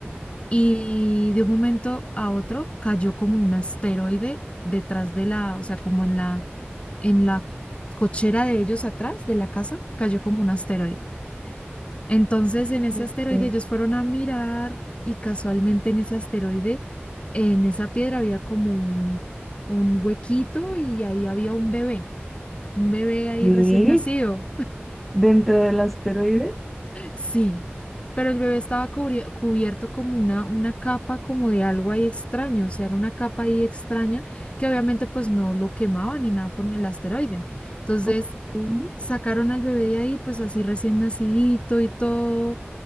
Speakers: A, on the left; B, in the centre.
A: y de un momento a otro cayó como un asteroide detrás de la, o sea, como en la, en la cochera de ellos atrás de la casa, cayó como un asteroide. Entonces, en ese
B: ok.
A: asteroide ellos fueron a mirar y casualmente en ese asteroide, en esa piedra había como un, un huequito y ahí había un bebé, un bebé ahí
B: ¿Qué?
A: recién nacido.
B: ¿Dentro del asteroide?
A: Sí, pero el bebé estaba cubri- cubierto como una, una capa como de algo ahí extraño, o sea, era una capa ahí extraña que obviamente pues no lo quemaba ni nada por el asteroide. Entonces
B: Ok. Sí,
A: sacaron al bebé de ahí pues así recién nacidito y todo.